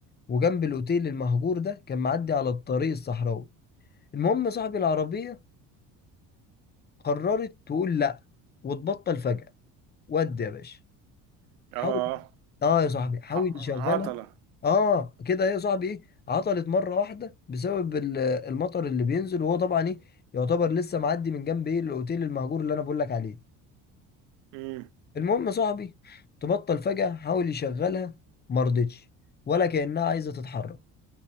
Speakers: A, on the left; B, on the right.
A: وجنب الاوتيل المهجور ده كان معدي على الطريق الصحراوي المهم صاحبي العربية قررت تقول لا وتبطل فجأة ودي يا باشا حاول
B: اه
A: اه يا صاحبي حاول
B: ع-
A: يشغلها
B: عطلة
A: اه كده ايه يا صاحبي ايه عطلت مره واحده بسبب ال- المطر اللي بينزل وهو طبعا ايه يعتبر لسه معدي من جنب ايه الاوتيل المهجور اللي انا بقول لك عليه
B: امم
A: المهم يا صاحبي تبطل فجاه حاول يشغلها ما رضتش ولا كانها عايزه تتحرك